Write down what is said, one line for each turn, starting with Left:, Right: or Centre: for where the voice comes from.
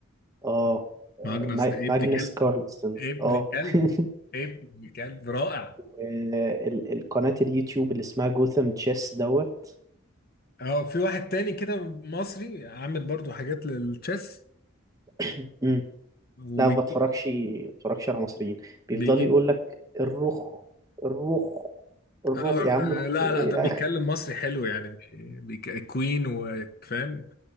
Right: اه آه،
Left: ماجنس
Right: ما-
Left: ده ابن
Right: ماجنس
Left: كلب
Right: كارلسن
Left: ابن
Right: اه
Left: كلب
Right: <laughs>
Left: ابن كلب رائع
Right: ال- القناة اليوتيوب اللي اسمها جوثام تشيس دوت
Left: اه في واحد تاني كده مصري عامل برضو حاجات للتشيس
Right: <clears throat> مم.
Left: وبيجيب
Right: لا ما بتفرجش ما بتفرجش على مصريين بيفضلوا
Left: بيجيب
Right: يقول لك الرخ الرخ الرخ
Left: آه، آه،
Right: يا عم رخ
Left: لا
Right: ايه
Left: لا ده بيتكلم
Right: <laughs>
Left: مصري حلو يعني مش بيك... كوين وفاهم